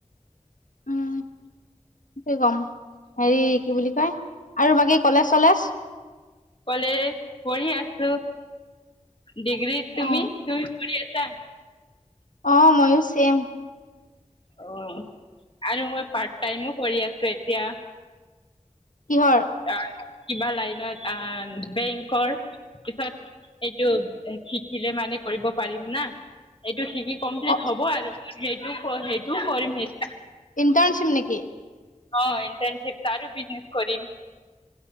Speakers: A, on the left; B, on the left.
A: উম কি কম, হেৰি কি বুলি কয় আৰু বাকী কলেজ-চলেজ
B: কলেজ পঢ়ি আছো, ডিগ্ৰীত তুমি-তুমি
A: অ
B: কৰি আছা
A: অঁ ময়ো চেম।
B: অঁ আৰু মই পাৰ্ট টাইমো কৰি আছো এতিয়া
A: কিহৰ? <inaudible>
B: আহ কিবা লাইনৰ আহ বেংকৰ পিছত এইটো শিকিলে মানে কৰিব পাৰিম না। এইটো শিকি কমপ্লিট
A: অ
B: হ'ব আৰু সেইটো সেইটোও কৰিম নি <inaudible>
A: ইনন্তান শ্বিপ নেকি?
B: অঁ ইণ্টাৰ্নশিপ তাৰো বিজনেছ কৰিম <inaudible>